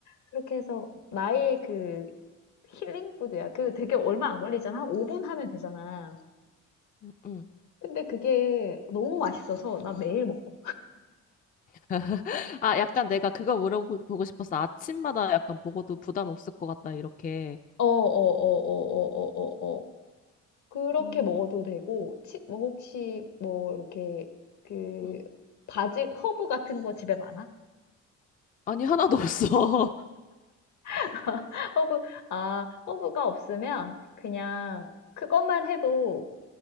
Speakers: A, on the left; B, on the left.
A: 그렇게 해서 나의 그 힐링 푸드야. 그 되게 얼마 안 걸리잖아. 한 5분 하면 되잖아.
B: 응, 응.
A: 근데 그게 너무 맛있어서 나 매일 먹어.
B: <laughs> 아, 약간 내가 그거 물어보고 싶었어. 아침마다 약간 보고도 부담 없을 것 같다, 이렇게.
A: 어, 어, 어, 어, 어, 어, 어, 어. 그렇게
B: 음,
A: 먹어도 되고, 치, 뭐 혹시 뭐 이렇게 그
B: 음.
A: 바질, 허브 같은 거 집에 많아?
B: 아니, 하나도 없어. <laughs>
A: <laughs> 허브, 아, 허브가 없으면 그냥 그것만 해도